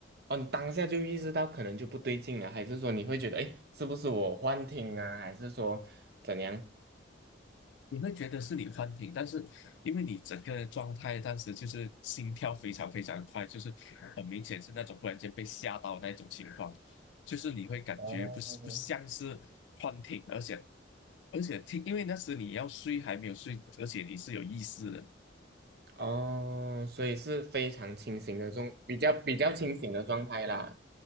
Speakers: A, on the right (about 55°); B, on the left (about 75°).
A: 哦，你当下就意识到可能就不对劲了，还是说你会觉得，哎，是不是我幻听啊？还是说怎样？
B: 你会觉得是你幻听，但是因为你整个状态当时就是心跳非常非常快，就是很明显是那种突然间被吓到的那种情况，就是你会感觉不是不像是幻听，
A: 哦
B: 而且而且听，因为那时你要睡还没有睡，而且你是有意识的。
A: 哦，所以是非常清醒的状，比较比较清醒的状态啦。